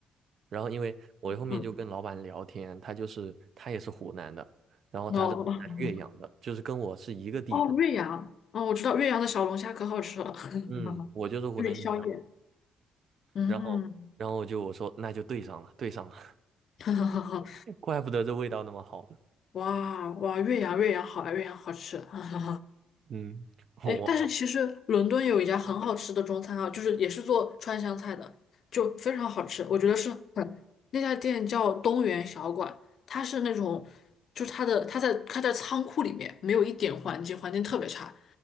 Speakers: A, on the right; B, on the left.
A: 然后因为我后面就跟老板聊天，
B: 嗯，
A: 他就是他也是湖南的，然后他是湖南岳阳的，
B: 哦 <laughs>
A: 就是跟我是一个地方，
B: 哦，岳阳，哦，我知道岳阳的小龙虾可好吃了，
A: 嗯，我就是湖南岳阳，
B: <laughs> 对，宵夜。嗯，
A: 然后然后我就我说那就对上了，对上了。
B: <laughs> 哈哈哈哈
A: 怪不得这味道那么好呢。
B: 哇哇，岳阳岳阳好啊，岳阳好吃。<laughs>
A: 嗯，<laughs>
B: 哎，
A: 我
B: 但是其实伦敦有一家很好吃的中餐啊，就是也是做川湘菜的，就非常好吃。我觉得是很，那家店叫东园小馆，它是那种，就是它的它在它在仓库里面，没有一点环境，环境特别差。